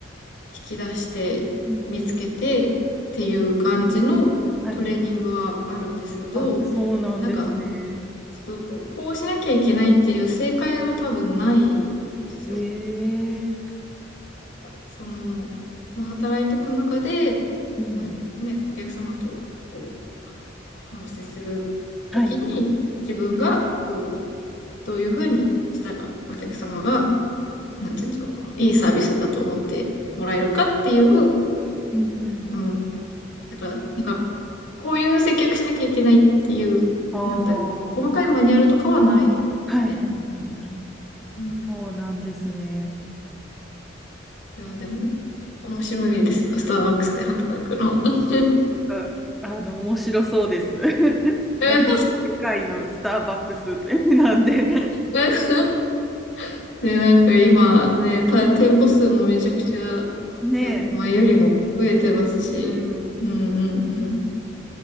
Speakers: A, on the left; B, in the centre.
A: 引き出して見つけてっていう感じのトレーニングはあるんですけど、
B: うんうん。はい。あ、そうなんですね。
A: なんか、ちょっとこう、こうしなきゃいけないっていう正解は多分ないですよ。
B: ええ。
A: その、まあ、働いていく中で、
B: うん。
A: まあね、お客様とこう、あの、接するときに、
B: はいはい。
A: 自分がこう、どういうふうにしたらお客様が、なんていうんだろう、この、いいサービスだと思ってもらえるかっていう、
B: うんうん。
A: うん、なんか、なんか、こういう接客しなきゃいけないっていう、
B: ああ。
A: なんだろう、細かいマニュアルとかはないですね。
B: はいはいはいはい。
A: うん。うん
B: そうなんですね。
A: いや、でも、面白いですよ、スターバックスで働くの。<laughs>
B: ああの、面白そうです。<laughs>
A: うん
B: なんか、世界のスターバックス <laughs> なんで。
A: <laughs> え、ね、なんか今ね、た、店舗数もめちゃくちゃ、
B: ねえ、
A: やっぱ前よりも増えてますし、
B: うん。
A: うんうんうん。